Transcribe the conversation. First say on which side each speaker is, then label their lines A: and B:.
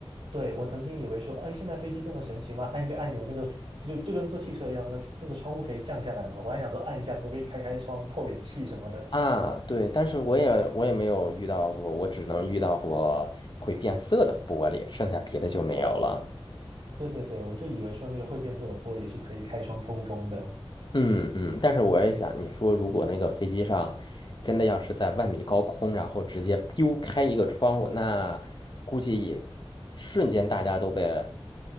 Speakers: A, on the right; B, on the left.
A: 对，我曾经以为说，哎，现在飞机这么神奇吗？按一个按钮，那个就就跟坐汽车一样，那那个窗户可以降下来吗？我还想说按一下，可不可以开开窗透点气什么的。
B: 啊，对，但是我也我也没有遇到过，我只能遇到过会变色的玻璃，剩下别的就没有了。
A: 对对对，我就以为说那个会变色的玻璃是可以开窗通风的，
B: 嗯嗯，但是我也想，你说如果那个飞机上真的要是在万米高空，然后直接丢开一个窗户，那估计也瞬间大家都被